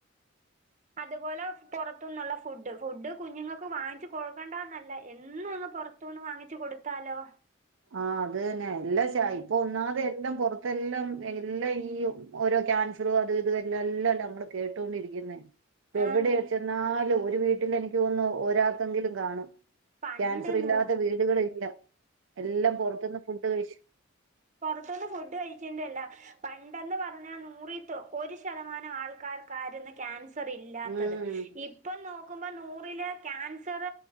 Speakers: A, on the right; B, on the right.
A: അതുപോലെ പുറത്തുന്നുള്ള ഫുഡ് ഫുഡ് കുഞ്ഞുങ്ങക്ക് വാങ്ച് കൊടുക്കണ്ടന്നല്ല എന്നും അങ്ങ് പൊറത്തുന്ന് വാങ്ങിച് കൊടുത്താലോ
B: ആഹ് അത് ന്നെ എല്ലാ ഷാ ഇപ്പൊ ഒന്നാതെ എല്ലാം പൊറ അതെല്ലാം ഏഹ് എല്ലാ ഈ ഓ ഓരോ ക്യാൻസറോ അത് ഇത് എല്ലാ എല്ലാം നമ്മള് കേട്ട്കൊണ്ടിരിക്ക്ന്നെ ഇപ്പ എവിടെയെച്ചെന്നാ
A: ആന്ന്
B: അല്ല ഒരു വീട്ടില് എനിക്ക് തോന്ന്ന്നു ഒരാക്കെങ്കിലും കാണും
A: പണ്ട്
B: ക്യാൻസർ ഇല്ലാത്ത
A: നൂ
B: വീടുകള് ഇല്ലാ എല്ലാം പൊറത്ത്ന്ന് ഫുഡ് കഴിച്ച്
A: പൊറത്ത്ന്ന് ഫുഡ് കഴിക്കേന്റയെല്ല. പണ്ടെന്ന് പറഞ്ഞാൽ നൂറിതൊ ഒരു ശതമാനം ആൾക്കാര് കരുന്നെ ക്യാൻ സർ ഇല്ലാത്തത്
B: ഉം
A: ഇപ്പ നോ ക്കുമ്പോ നൂറില് ക്യാൻസർ